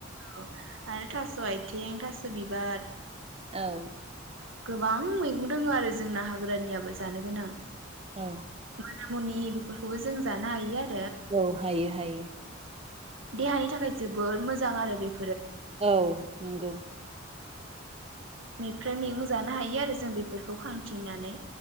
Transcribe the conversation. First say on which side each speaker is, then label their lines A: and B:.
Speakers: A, on the right; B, on the right.
A: औ आरो थास आथिं थास बिबार
B: औ।
A: गोबां मैगं दोङो आरो जोंना हाग्रानियाबो जानो गोनां
B: औ।
A: माना मुनि बेफोरखौबो जों जानो हायो आरो
B: औ हायो हायो।
A: देहानि थाखाय जोबोर मोजां आरो बे
B: औ नंगौ।
A: मेफ्राय मैगं जानो हायो आरो जों बेफोरखौ खांथिंनानै